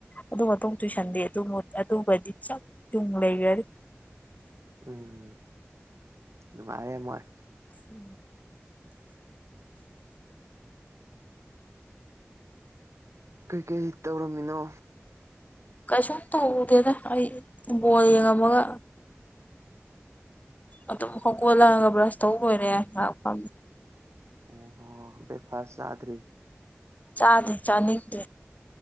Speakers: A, on the left (about 35°); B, on the right (about 80°).
A: ꯑꯗꯨ ꯃꯇꯨꯡ ꯇꯨꯏꯁꯟꯗꯤ ꯑꯗꯨ ꯑꯗꯨꯕꯨꯗꯤ ꯆꯞ ꯌꯨꯡ ꯂꯩꯒꯔꯥꯅꯤ
B: ꯎꯝ ꯅꯨꯡꯉꯥꯏꯔꯦ ꯃꯣꯏ
A: ꯎꯝ <inaudible> ꯥ
B: ꯀꯩ ꯀꯩ ꯇꯧꯔꯝꯃꯤꯅꯣ
A: ꯀꯩꯁꯨꯝ ꯇꯧꯗꯦꯗ ꯑꯩ ꯕꯣꯜ ꯌꯦꯡꯉꯝꯃꯒ ꯑꯗꯨꯝ ꯍꯧꯒꯣꯜꯂꯛ ꯑꯒ ꯕ꯭ꯔꯁ ꯇꯧ ꯂꯣꯏꯔꯦ ꯉꯥꯛ ꯐꯝꯃꯦ
B: ꯑꯣ ꯕ꯭ꯔꯦꯛꯐꯥꯁ ꯆꯥꯗ꯭ꯔꯤ
A: ꯆꯥꯗꯦ ꯆꯥꯅꯤꯡꯗꯦ